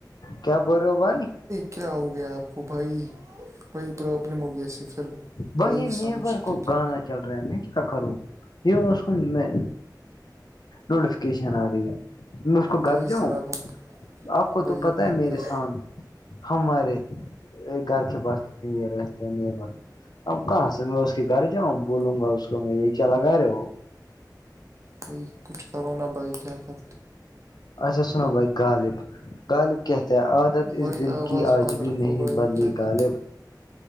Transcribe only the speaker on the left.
کیا بول رہے ہو بھائی
بائی
یہ
نیبر کو
گانا چل رہا میں کیا کروں یہ اس کو میں نوٹیفکیشن آ رہی ہے میں اس کو
گھر جاؤں
آپ
کو
تو پتہ
ہے میرے
سامنے ہمارے گھر کے پاس کتنے نہیں ب اب کہاں سے میں اس کے گھر جاؤں بولوں گا اس کو میں یہی کیا لگا رہے
اچھا سنو بائی غالب غالب کہتے ہیں عادت
اس دل
کی آج
بھی
نہیں
بدلی
غالب